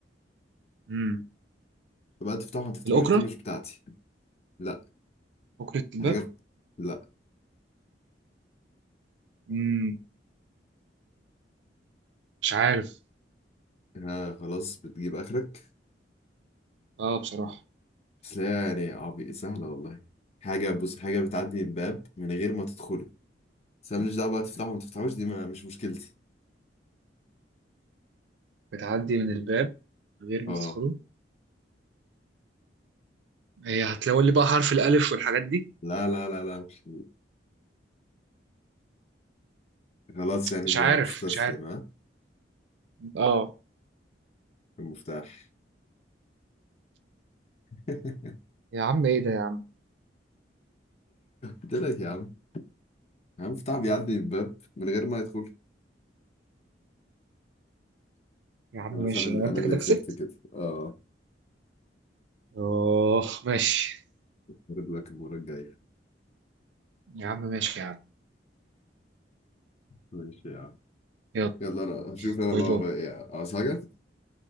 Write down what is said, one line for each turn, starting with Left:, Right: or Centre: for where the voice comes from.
Right: مم.
Left: فبقى تفتحه ما تفتحوش
Right: الأوكرة
Left: دي مش بتاعتي لا
Right: أوكرة الباب
Left: حاجة لا
Right: مم. مش عارف
Left: ها خلاص بتجيب آخرك
Right: اه بصراحة
Left: بس لا يعني عبي سهلة والله حاجة بص حاجة بتعدي من باب من غير ما تدخله بس أنا ماليش دعوة بقى تفتحه وما تفتحوش دي ما مش مشكلتي
Right: بتعدي من الباب من غير
Left: اه
Right: ما تدخله هي هتلاقوا لي بقى حرف الألف والحاجات دي
Left: لا لا لا لا مش خلاص يعني
Right: مش عارف
Left: بتستسلم
Right: مش عارف
Left: ها
Right: اه
Left: المفتاح <laughs>
Right: يا عم ايه ده يا عم
Left: قلت لك يا عم المفتاح بيعدي من الباب من غير ما يدخل
Right: يا عم
Left: خلاص
Right: ماشي
Left: انا اللي
Right: لو انت
Left: انا اللي
Right: كده كسبت
Left: كسبت كده اه
Right: اوه ماشي
Left: هرد لك المرة الجاية
Right: يا عم ماشي يا عم
Left: ماشي يا عم
Right: يلا
Left: يلا انا هشوف انا
Right: باي
Left: بقى
Right: باي
Left: ورايا ايه. عاوز حاجة؟